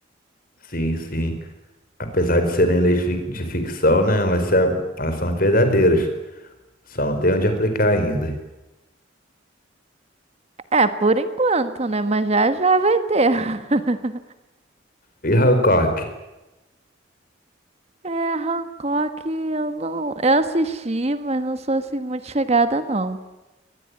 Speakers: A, on the left; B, on the right.
A: Sim, sim. Apesar de serem leis fic- de ficção, né? Elas, se a- elas são verdadeiras. Só não tem onde aplicar ainda.
B: É, por enquanto, né? Mas já já vai ter. <laughs>
A: E Hancock?
B: É, Hancock, eu não, eu assisti, mas não sou assim muito chegada não.